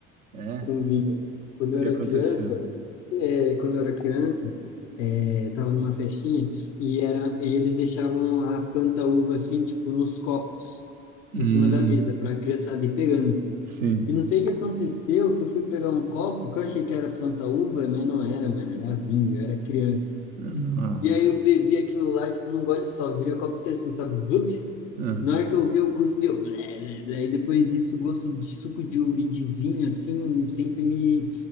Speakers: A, on the right; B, on the left.
A: É?
B: com vinho.
A: O
B: Quando eu
A: que
B: era
A: aconteceu?
B: criança, é, quando eu era criança, é, tava numa festinha e, era, e eles deixavam a Fanta uva, assim, tipo, nos copos,
A: Hum,
B: em cima da mesa, para a criançada ir pegando.
A: sim.
B: E não sei o que aconteceu, que eu fui pegar um copo que eu achei que era Fanta Uva, mas não era, mano, era vinho, eu era criança.
A: Nossa.
B: E aí eu bebi aquilo lá, tipo, num gole só, virei o copo inteiro assim, sabe? Zup.
A: Ah,
B: Na hora que eu vi, eu cuspi, eu blé, blé, blé. E depois disso, o gosto de suco de uva e de vinho, assim, sempre me,